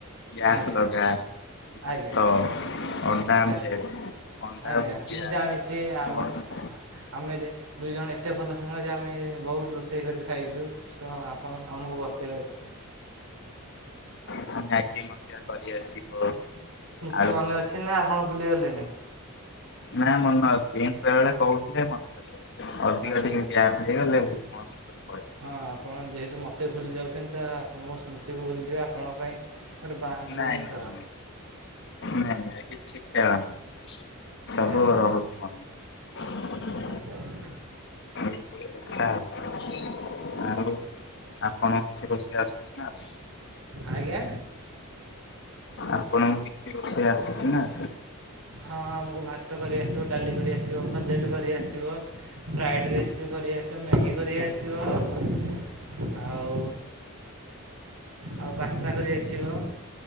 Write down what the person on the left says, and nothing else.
ଗ୍ୟାସ
ଲଗା ଭାତ
ଅଣ୍ଡା ଆମଲେଟ
ଅଣ୍ଡା
ଭୁଜିଆ,
ପରଟା,
ଆଉ ମ୍ୟାଗି ମଧ୍ୟ କରି ଆସିବ। ଆଳୁ
ଭଜା
ନା ମନେ ଅଛି। ଏମିତି ବେଳେ ବେଳେ କହୁଥିଲେ ମନେ ରହିିବ। ଅଧିକ
ଟିକେ ଗ୍ୟାପ ହେଇଗଲେ ହଁ।
ନାଇଁ
ନାଇଁ
ନାଇଁ ନାଇଁ ନାଇଁ କିଛି ଖେଳ ନାହିଁ। ସବୁ
ରହୁଛି ମନେ।
ଏଇଭଳି କଥା ଆଉ। ଆଉ ଆପଣଙ୍କୁ କିଛି ରୋଷେଇ ଆସୁଚି ନା ଆସୁନି?
ଆପଣଙ୍କୁ କିଛି ରୋଷେଇ ଆସଛି ନା ଆସିନି?